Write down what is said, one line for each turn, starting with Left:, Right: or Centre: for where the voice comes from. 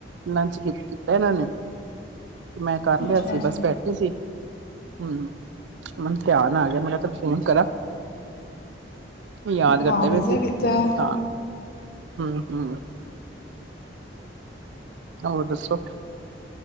Right: ਲੰਚ ਕੀਤਾ ਇਹਨਾਂ ਨੇ ਮੈਂ ਕਰ
Left: ਅੱਛਾ
Right: ਲਿਆ ਸੀ
Left: ਅੱਛਾ
Right: ਬਸ ਬੈਠੀ ਸੀ ਹਮ ਹਾਂ ਮੈਨੂੰ ਖਿਆਰ ਆ ਗਿਆ ਮੈਂ ਕਿਹਾ ਤ ਫੋਨ ਕਰਾਂ ਯਾਦ ਕਰਦੇ
Left: ਹਾਂ ਵਧੀਆ
Right: ਪਏਸੀਂ
Left: ਕੀਤਾ
Right: ਤਾਂ ਹਮ ਹਮ ਹੋਰ ਦੱਸੋ